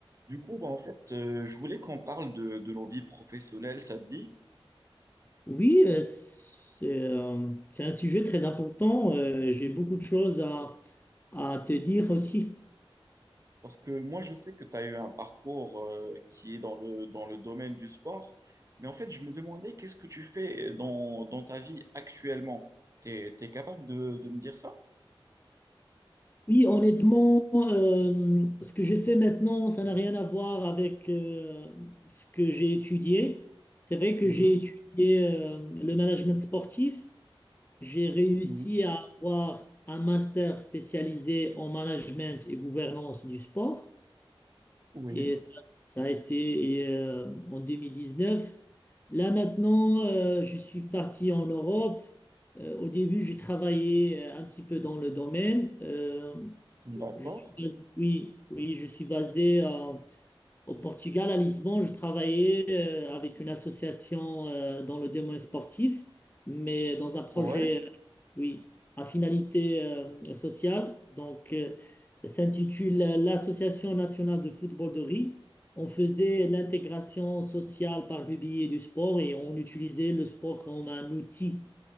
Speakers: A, on the right; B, on the left.
A: Du coup, bah, en fait, euh, je voulais qu'on parle de, de nos vies professionnelles, ça te dit?
B: Oui, euh, c'est euh, c'est un sujet très important. euh, j'ai beaucoup de choses à, à te dire aussi.
A: Parce que moi, je sais que tu as eu un parcours euh, qui est dans le, dans le domaine du sport, mais en fait, je me demandais qu'est-ce que tu fais dans, dans ta vie actuellement? T'es, t'es capable de, de me dire ça?
B: Oui, honnêtement, euh, ce que je fais maintenant, ça n'a rien à voir avec euh, ce que j'ai étudié. C'est vrai que
A: Mhm.
B: j'ai étudié euh, le management sportif. J'ai réussi
A: Oui,
B: à avoir un master spécialisé en management et gouvernance du sport.
A: oui,
B: Et ça, ça a été et, euh, en neuf Là maintenant, euh, je suis parti en Europe. Euh, au début, j'ai travaillé euh, un petit peu dans le domaine. Euh,
A: d'accord.
B: je suis basé, oui, oui, je suis basé à au Portugal, à Lisbonne, je travaillais euh, avec une association euh, dans le domaine sportif, mais dans un projet,
A: Ouais,
B: euh, oui, à finalité euh, sociale. Donc, euh, s'intitule l'Association nationale de football de riz. On faisait l'intégration sociale par le biais du sport et on utilisait le sport comme un outil